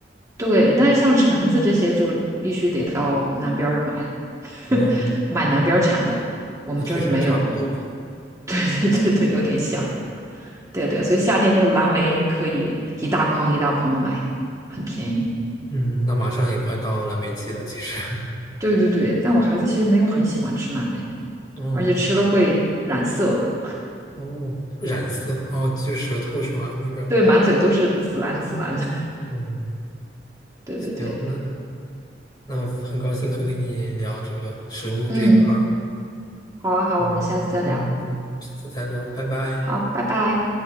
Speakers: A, on the right; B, on the left.
A: 对，但是像橙子这些就必须得到南边儿买，<laughs>
B: 哦，
A: 买南边儿产的，
B: 嗯
A: 我们这儿就没有。
B: 那确实差不多。
A: <laughs> 对对对对，有点像。对对，所以夏天就蓝莓可以一大筐一大筐的买，很便宜。
B: 嗯，那马上也快到蓝莓季了，其实。<laughs>
A: 对对对，但我孩子其实没有很喜欢吃蓝莓，
B: 哦
A: 而且吃了会染色吧？
B: 哦，<laughs> 染色哦，就是舌头是吗？那个，
A: 对，满嘴都是紫蓝紫蓝的。<laughs>
B: 嗯，
A: 对对对，
B: 行，那那很高兴和跟你聊这个食物这一块儿，
A: 嗯，好啊好，
B: 我们嗯，
A: 我们下次再聊。
B: 下次再聊，拜拜。
A: 好，拜拜。